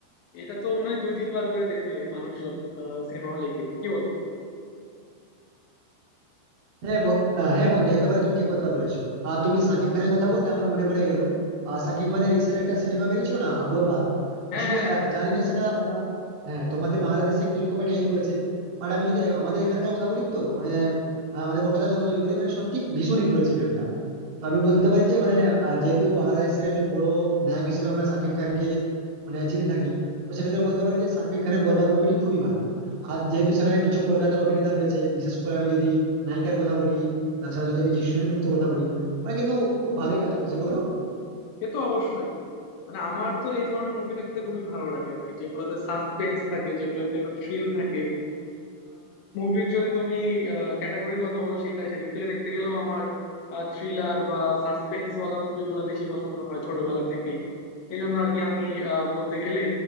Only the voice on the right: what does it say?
হ্যাঁ ব- আহ, হ্যাঁ বন্ধু একেবারে তুমি ঠিক কথা বলেছো আর তুমি সাকিব খানের কথা বলতে আমার মনে পড়ে গেল সাকিব খানের রিসেন্ট একটা সিনেমা বেরিয়েছিল না আহ, বরবাদ
আসলে
আহ, জানি না সেটা বাংলা- হ্যাঁ তোমাদের বাংলাদেশে কিরকম এটা হিট করেছে বাট আমি যদি আমাদের এখানকার কথা বলি তো মানে আহ, আমাদের কলকাতার কথা যদি বলি মানে সত্যি ভীষণ হিট করেছে ফিল্মটা তো আমি বলতে পারি যে মানে আহ, যেহেতু বাংলাদেশের একজন বড় নায়ক হিসেবে আমরা সাকিব খানকে মানে চিনে থাকি তো সেক্ষেত্রে বলতে পারি যে সাকিব খানের বরবাদ মুভিটি খুবই ভালো আর যেহেতু সেখানে কিছু কলকাতার অভিনেতা রয়েছে বিশেষ করে আমি যদি নায়িকার কথা বলি তাছাড়া যদি আমি যিশু সেনগুপ্তের কথা বলি ওরা কিন্তু খুব ভালোই কাজ করেছে বলো